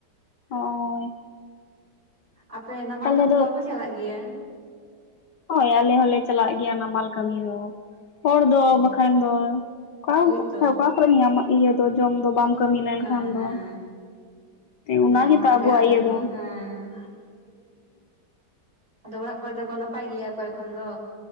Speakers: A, on the left; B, on the right.
A: ᱦᱚᱸ
B: ᱟᱯᱮ ᱱᱟᱢᱟᱞ
A: ᱛᱟᱦᱚᱞᱮ
B: ᱠᱟᱹᱢᱤ
A: ᱫᱚ
B: ᱠᱚ ᱵᱟᱯᱮ ᱪᱟᱞᱟᱜ ᱜᱮᱭᱟ?
A: ᱦᱳᱭ ᱟᱞᱮ ᱦᱚᱸᱞᱮ ᱪᱟᱞᱟᱜ ᱜᱮᱭᱟ ᱱᱟᱢᱟᱞ ᱠᱟᱹᱢᱤ ᱫᱚ ᱦᱚᱲ ᱫᱚ
B: ᱚ
A: ᱵᱟᱠᱷᱟᱱ ᱫᱚ ᱚᱠᱟ
B: ᱦᱳᱭᱛᱚ
A: ᱚᱠᱟ ᱠᱚᱨᱮᱢ ᱧᱟᱢᱟ ᱤᱭᱟᱹ ᱫᱚ ᱡᱚᱢ ᱫᱚ ᱵᱟᱢ ᱠᱟᱹᱢᱤ ᱞᱮᱱᱠᱷᱟᱱ
B: ᱦᱮᱸ ᱦᱮᱸ
A: ᱫᱚ᱾
B: ᱟᱫᱚ
A: ᱚ ᱜᱮᱛᱚ
B: ᱚᱱᱟᱜᱮ
A: ᱟᱵᱚ
B: ᱟᱞᱮ
A: ᱤᱭᱟᱹ ᱫᱚ ᱦᱚᱸ
B: ᱦᱮᱸ ᱟᱫᱚ ᱚᱲᱟᱜ ᱠᱚᱨᱮ ᱫᱚᱠᱚ ᱱᱟᱯᱟᱭ ᱜᱮᱭᱟ ᱠᱚ ᱮᱠᱷᱚᱱ ᱫᱚ